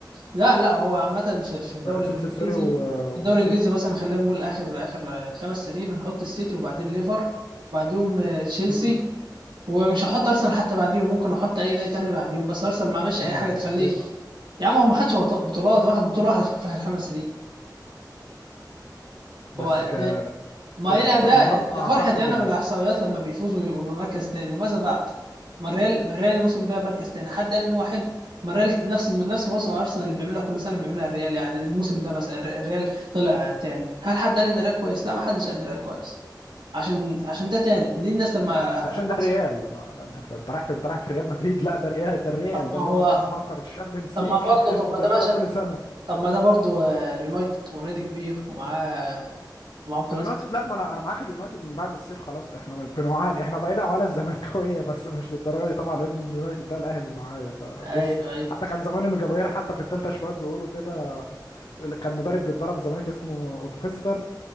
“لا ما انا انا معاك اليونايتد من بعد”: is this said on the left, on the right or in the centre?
Left